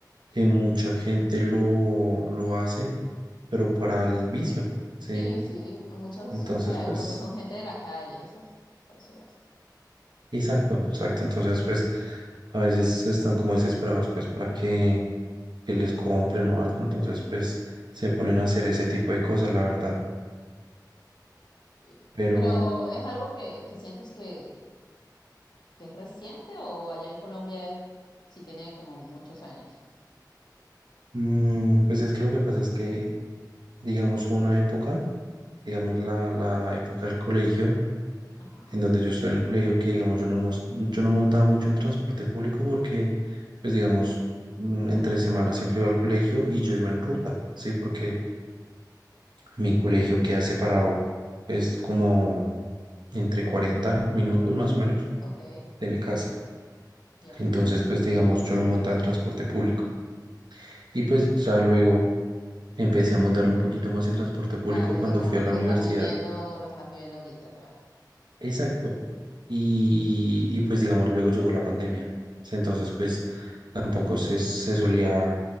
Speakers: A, on the right (about 80°); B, on the left (about 80°).
A: que mucha gente lo, lo hace, pero para el vicio, sí.
B: Sí, sí, muchos,
A: Entonces,
B: o sea,
A: pues
B: porque son gente de la calle, esos, por eso lo hacen.
A: Exacto, exacto. Entonces, pues a veces están como desesperados pues para que, que les compren o algo. Entonces, pues se ponen a hacer ese tipo de cosas, la verdad.
B: sí.
A: Pero,
B: Pero ¿es algo que, que sientes que, que es reciente o allá en Colombia es- sí tiene como muchos años?
A: mm, pues es que lo que pasa es que, digamos, hubo una época, digamos, la, la época del colegio,
B: Ajá.
A: en donde yo estoy en el colegio, que, digamos, yo no, mos- yo no montaba mucho en transporte público porque, pues, digamos, mm,
B: Ah,
A: entre semanas siempre iba al colegio y yo iba en ruta, ¿sí? Porque mi colegio queda separado es como entre 40 minutos más o menos
B: ok,
A: de mi casa.
B: ya.
A: Entonces, pues digamos, yo no montaba en transporte público. Y pues ya luego empecé a montar un poquito más en transporte público
B: Claro, y
A: cuando
B: lo estás,
A: fui a la
B: lo
A: universidad.
B: estás viviendo, lo estás viviendo ahorita, claro.
A: Exacto. Y, y, pues digamos, luego llegó la pandemia. Entonces, pues tampoco se, se solía